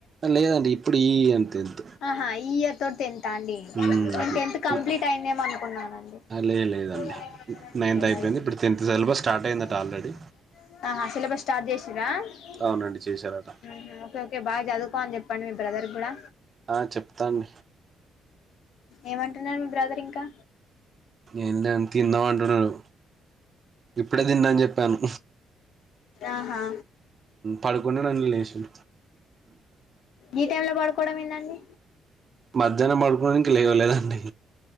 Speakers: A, on the right; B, on the left.
A: లేదండి ఇప్పుడు ఈ అంతే ఎంత
B: ఆహా ఈ ఆ అంద
A: మ్మ్ అట్లా నా లే లేదండి నైన్త్ అయిపోయింది ఇప్పుడు టెన్త్ సిలబస్ స్టార్ట్
B: బా
A: అయిందట ఆల్రెడీ అవునండి చేశారట
B: బ్రదర్ కూడా
A: ఆ చెప్తాను
B: ఏమంటున్నారు మీ బ్రదర్ ఇంకా
A: ఏందే దెం తిందాం అంటున్నారూ ఇప్పుడే తిన్నా అని చెప్పాను
B: ఆహా
A: పడుకున్నాడా లే లేచిన
B: ఏ టైం లో పడుకోవడం ఏందండి
A: మధ్యాహ్నం పడు కొని ఇంకా లేవలేదండి